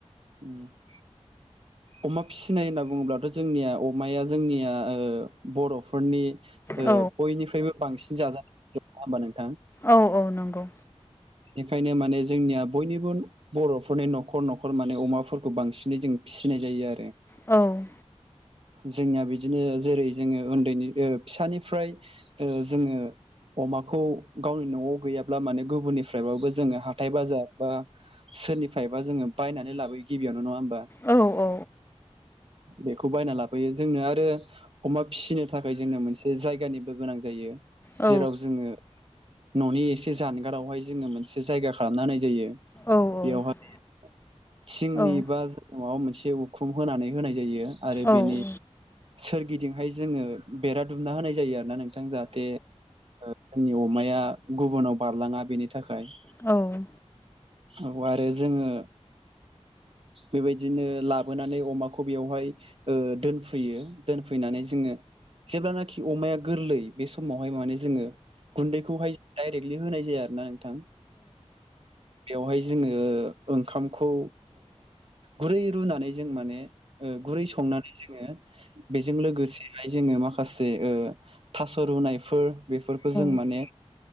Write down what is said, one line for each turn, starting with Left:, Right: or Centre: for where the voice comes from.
Right: <unintelligible> अमा फिसिनाय होनना बुङोब्लाथ' जोंनिया अमाया जोंनिया ओ बर'फोरनि ओ
Left: औ
Right: बयनिफ्रायबो बांसिन जाजानाय <unintelligible>
Left: औ औ नंगौ
Right: बेखायनो माने जोंनिया बयनिबो बर'फोरनि न'खर न'खर माने अमाफोरखौ बांसिनै जों फिसिनाय जायो आरो
Left: औ
Right: जोंनिया बिदिनो जेरै जोंङो उन्दैनि फिसानिफ्राय ओ जोंङो अमाखौ गावनि न'आव गैयाब्ला माने गुबुननि बाबो जोंङो हाथायाइ बाजार बा सोरनिफ्रायबा जोंङो बायनानै लाबोयो गिबियावनो नंङा होमबा
Left: औ औ
Right: बेखौ बायना लाबोयो जोंनो आरो अमा फिसिनो थाखाय जोंनो मोनसे जायगानिबो गोनां जायो
Left: औ
Right: जेराव जोंङो। न'नि एसे जानगारावहाय जोनो मोनसे जायगा खालामना होननाय जायो बेयावहाय
Left: औ औ
Right: थिंनि
Left: औ
Right: बा न'आव मोनसे उखुम होनानै होनाय जायो आरो
Left: औ
Right: बेनि
Left: औ
Right: सोरगिदिंहाय जोंङो बेरा दुमना होनाय जायो आरो ना नोंथां जाहाथे जोंनि अमाया गुबुनाव बारलांङा बेनि थाखाय
Left: औ
Right: औ आरो जोङो बेबायदिनो लाबोनानै अमाखौ बेवहाय दोनफैयो दोनफैनानै जोङो जेब्लानाखि अमाया गोरलै बे समावहाय माने जोङो गुन्दैखौहाय डायरेक्टलि होनाय जाया आरो ना नोंथां बेवहाय जोङो ओंखामखौ गुरै रुनानै जों माने गुरै संनानै जोङो बेजों लोगोसेहाय जोङो माखासे थास' रुनायफोर बेफोरखौ जों
Left: औ
Right: माने